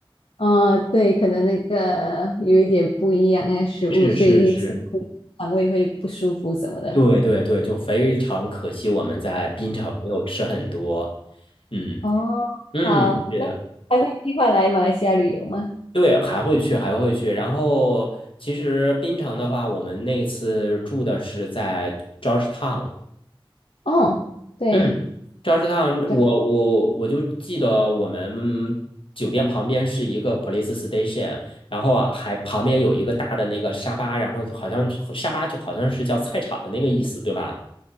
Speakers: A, on the left; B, on the left.
A: 呃，对，可能那个有一点不一样的食物，
B: 是是是，
A: 所以会吃肠胃会不舒服什么的。
B: 对对对，就非常可惜，我们在槟城没有吃很多。嗯
A: 哦好，
B: 嗯，是的，
A: 那还会计划来马来西亚旅游吗？
B: 对，还会去，还会去。然后其实槟城的话，我们那次住的是在 Georgetown。
A: 哦，对，
B: 嗯，赵氏烫，我我我就记得我们酒店旁边是一个
A: 就
B: police station，然后啊还旁边有一个大的那个沙巴，然后就好像沙巴就好像是叫菜场的那个意思，对吧？